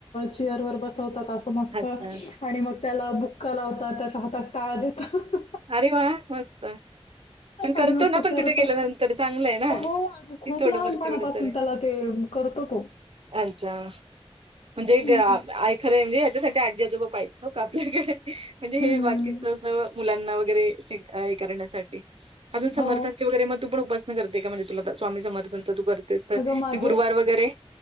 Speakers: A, on the left; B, on the right.
A: चेअर वर बसवतात मस्त
B: अच्छा.
A: आणि मग त्याला बुक्का लावतात त्याच्या हातात टाळ देतात
B: अरे वा मस्त पण करतो
A: आणि मग
B: ना
A: तो
B: पण
A: करत
B: तिथे गेल्यानंतर चांगलं आहे ना?
A: हो खूप
B: ती थोडंफार
A: लहानपणापासून
B: तेवढं तर आहे
A: त्याला ते करतो तो
B: अच्छा म्हणजे
A: हम्म.
B: ग खरं म्हणजे याच्यासाठी आजी आजोबा पाहिज का आपल्याकडे म्हणजे
A: हम्म,
B: हे बाकीच अस मुलांना वगैरे करण्यासाठी अजून समर्थचे
A: हो.
B: वगैर मग तू पण उपास करते काय म्हणज तुला स्वामी सर्थनच तू करते तर
A: अगं मागे
B: ते गुरुवार वगैरे